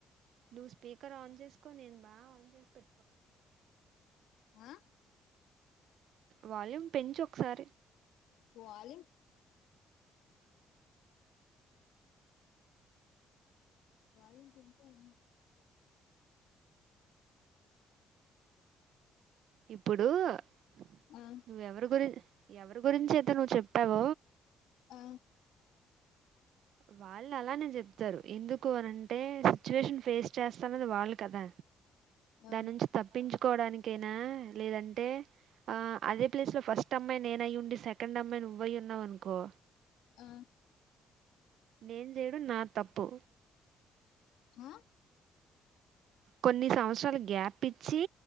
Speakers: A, on the right; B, on the left.
A: నువ్వు స్పీకర్ ఆన్ చేసుకో నేను బా ఆన్ చేసు
B: ఆ
A: వాల్యూమ్ పెంచి ఒకసారి
B: ళ వాళ పె ఉ
A: ఇప్పుడు నువ్వెవరి
B: ఆ
A: గురి ఎవరి గురించి అయితే నువ్వు చెప్పావ
B: ఆ
A: వాళ్ళు అలానే చెప్తారు ఎందుకు అనింటే సిచువేషన్ ఫేస్ చేస్తన్నది వాళ్ళు కదా
B: ఆ
A: దాని నుంచి తప్పించు కోవడానికైనా లేదంటే ఆ అదే ప్లేస్ లో ఫస్ట్ అమ్మాయి నేనయి ఉండి సెకండ్ అమ్మాయి నువ్్వయి ఉన్నావు అనుకో
B: ఆ
A: నేన్ చేయడు నాద్ తప్పు.
B: హ
A: కొన్ని సంవత్సరాలు గ్యాప్ ఇచ్చి,